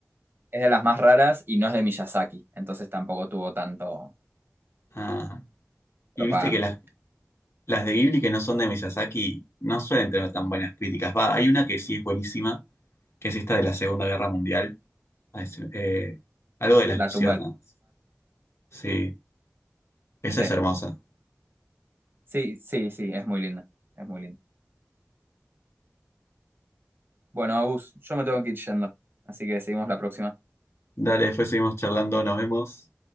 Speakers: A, on the right; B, on the left.
A: es de las más raras y no es de Miyazaki, entonces tampoco tuvo tanto
B: Ah, y
A: propaganda.
B: viste que las, las de Ghibli que no son de Miyazaki no suelen tener tan buenas críticas. Va, hay una que sí es buenísima, que es esta de la Segunda Guerra Mundial. Ah, es, eh, algo de las
A: La
B: luciérnagas.
A: tumba del...
B: Sí, esa
A: Sí,
B: es hermosa.
A: sí, sí, sí, es muy linda, es muy linda. Bueno, Agus, yo me tengo que ir yendo, así que seguimos la próxima.
B: Dale, después seguimos charlando, nos vemos.